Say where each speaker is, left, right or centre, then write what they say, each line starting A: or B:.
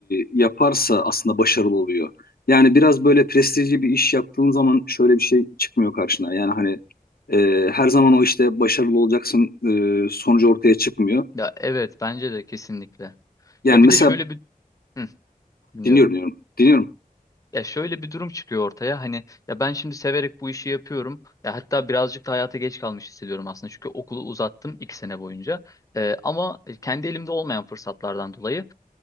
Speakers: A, on the left (about 90°); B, on the left (about 20°).
A: e, yaparsa aslında başarılı oluyor. Yani biraz böyle prestijli bir iş yaptığın zaman şöyle bir şey çıkmıyor karşına. Yani hani e, her zaman o işte başarılı olacaksın e, sonucu ortaya çıkmıyor.
B: Ya evet bence de kesinlikle.
A: Yani
B: Ya bir
A: mesela
B: de şöyle bir Hı, dinliyorum.
A: dinliyorum diyorum. Dinliyorum.
B: Ya şöyle bir durum çıkıyor ortaya. Hani ya ben şimdi severek bu işi yapıyorum. Ya hatta birazcık da hayata geç kalmış hissediyorum aslında. Çünkü okulu uzattım iki sene boyunca. Ee, ama kendi elimde olmayan fırsatlardan dolayı.